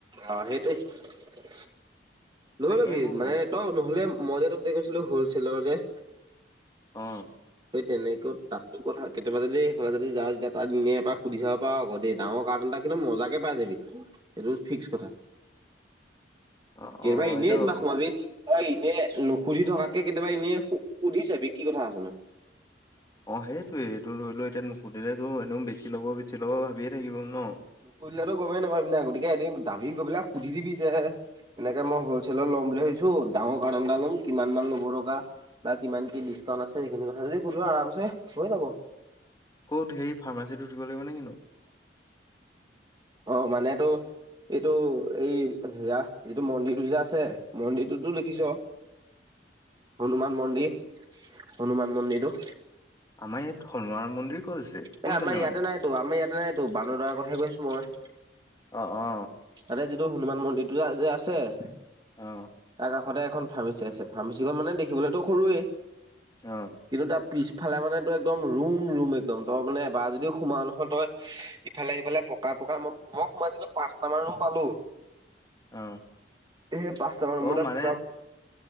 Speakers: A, on the right; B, on the left.
A: অ সেইটোৱেই, লৈ
B: তাকে
A: লবি
B: মই ভাবি
A: মানে- তই মোক নহলে মই যে তোক যে গৈছিলো হলচেলৰ যে-
B: অ,
A: সেই তেনেকৈও তাততো কথা কেতিয়াবা দে সেইফালে যদি যা তেতিয়া তাক নিয়ে আক সুধি চাব পাৰো আকৌ দেই ডাঙৰ কাৰতন তাক- কিন্তু মজাকে পাই যাবি সেইটো ফিক্স কথা।
B: <inaudible> অ
A: কেওৰা
B: অ
A: এনেই
B: এইটো
A: মাৰ খুৱাবি। হয় এনে নুখুধি থকাতকে কেতিয়াবা এনেই সুধি চাবি কি কথা আছে নো।
B: অ সেইটোৱে এইটো ধৰি লও এতিয়া নুখুধিলে তো এনেও বেছি লব বেছি লব ভাবিয়ে থাকিব ন।
A: নুসুধিলেটো গমেই নাপাব না গতিকে এদিন যাবি গৈ পেলাই সুধিবি যে- এনেকে মই হলচেলত ল'ম বুলি ভাবিছো ডাঙৰ কৰ্তন এটা ল'ম কিমান মান ল'ব টকা? বা কিমান কি ডিচকাউণ্ট আছে? সেইখিনি কথা যদি সুধ আৰামছে হৈ যাব।
B: ক'ত হে ফাৰ্মাচীটোত সুধিব লাগিব নে কিনো?
A: অ মানে টো- এইটো এই ৰাস যিটো মন্দিৰটো যে আছে মন্দিৰটোতো দেখিছ?
B: <inaudible>
A: হনুমান মন্দিৰ হনুমান মন্দিৰটো।
B: আমাৰ ইয়াত হনুমান মন্দিৰ! ক'ত আছে কোনফালে
A: এ আমাৰ ইয়াতে
B: মানে
A: নাইটো আমাৰ ইয়াতে নাইটো বান্দৰ দোৱাৰ কথাহে কৈছো মই।
B: অ অ।
A: তাতে যিটো হনুমান মন্দিৰটো যে আছে তাৰ
B: অ
A: কাষতে এখন। ফাৰ্মাচী আছে ফাৰ্মাচীখন মানে দেখিবলৈতো সৰুৱেই।
B: অ।
A: কিন্তু তাৰ পিছফালে মানে তই একদম ৰুম ৰুম একদম তই মানে এবাৰ যদিও সোমোৱা নহয় তই। ইফালে সিফালে পকা পকা মই মই সোমাইছিলো পাঁচ। আমাৰ ৰুম পালো
B: অ
A: সেই পাঁচ নম্বৰ ৰুমতে
B: অ মানে
A: পুৰা।